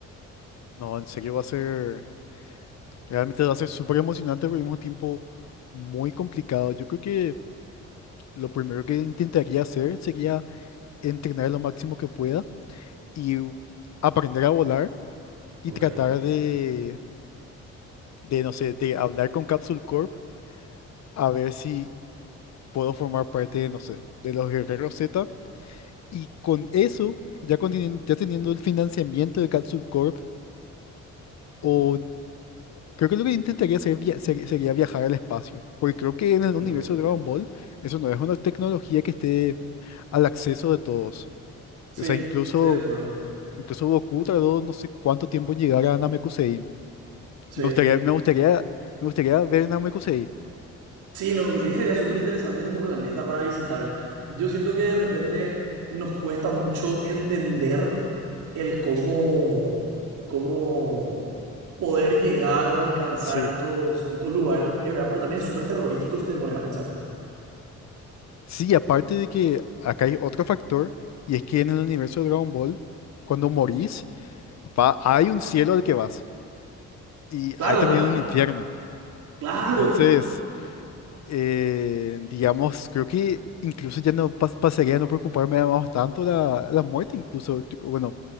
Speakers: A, on the left; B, on the right.
A: No, en serio va a ser. Realmente va a ser súper emocionante, pero al mismo tiempo muy complicado. Yo creo que lo primero que intentaría hacer sería entrenar lo máximo que pueda y u- aprender a volar y
B: Ok,
A: tratar de, de, no sé, de hablar con Capsule Corp a ver si puedo formar parte de, no sé, de los Guerreros Z. Y con eso, ya, con teni- ya teniendo el financiamiento de Capsule Corp o Creo que lo que intentaría ser via- ser- sería viajar al espacio, porque creo que en el universo
B: ok.
A: de Dragon Ball eso no es una tecnología que esté al acceso de todos.
B: Sí,
A: O sea, incluso,
B: estoy de acuerdo.
A: incluso Goku tardó no sé cuánto tiempo en llegar a Namekusei.
B: Sí.
A: Me gustaría, me gustaría, me gustaría ver Namekusei.
B: Sí, no, me sí, sería súper interesante como planeta para visitar. Yo siento que de repente nos cuesta mucho entender el cómo, cómo poder llegar o alcanzar
A: Sí.
B: estos, estos lugares, ¿verdad? Pero también es súper terrorífico si te pones a pensar.
A: Sí, aparte de que acá hay otro factor, y es que en el universo de Dragon Ball, cuando morís, va, hay un cielo al que vas, y
B: Claro,
A: hay también un infierno.
B: claro,
A: Entonces... eh, digamos, creo que incluso ya no pas- pasaría a no preocuparme más tanto la, la muerte, incluso, tipo, bueno,